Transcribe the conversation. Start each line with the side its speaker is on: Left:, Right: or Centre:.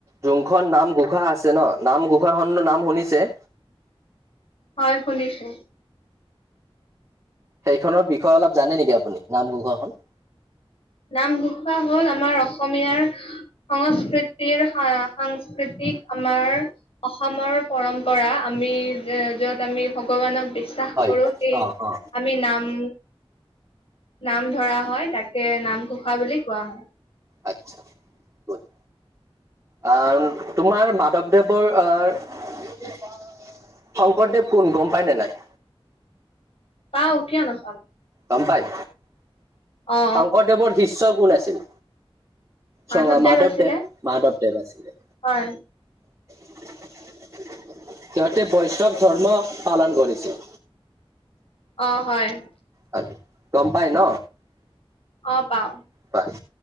Right: যোনখন নামঘোষা আছে ন, নামঘোষা খনৰ নাম শুনিছে?
Left: হয় শুনিছো।
Right: সেইখনৰ বিষয়ে অলপ জানে নেকি আপুনি নামঘোষাখন?
Left: নামঘোষা হ'ল আমাৰ অসমীয়াৰ সংস্কৃতি তিৰ সাৰ-সাংস্কৃতিক আমাৰ অসমৰ পৰম্পৰা, আমি য'ত আমি ভগৱানক বিশ্বা শ্বাস
Right: হয়
Left: কৰো এই,
Right: অ অ
Left: আমি নাম, নাম ধৰা হয় তাকে নামঘোষা বুলি কোৱা হয়।
Right: আচ্ছা <inaudible> আ, তোমাৰ মাধৱদেৱৰ আ শংকৰদেৱ কোন গম পাই নে নাই?
Left: পাও কিয় নাপাওঁ?
Right: গম পাই?
Left: অ
Right: শংকৰদেৱৰ শিষ্য কোন আছিল?
Left: মাধৱদেৱ
Right: চ, মাধৱ
Left: আছিলে
Right: দেৱ, মাধৱ দেৱ আছিলে।
Left: হয়
Right: সিহঁতে বৈষ্ণৱ ধৰ্ম পালন কৰিছিল।
Left: অ', হয়।
Right: হয়, গম পায় ন?
Left: অ', পাও।
Right: পায়,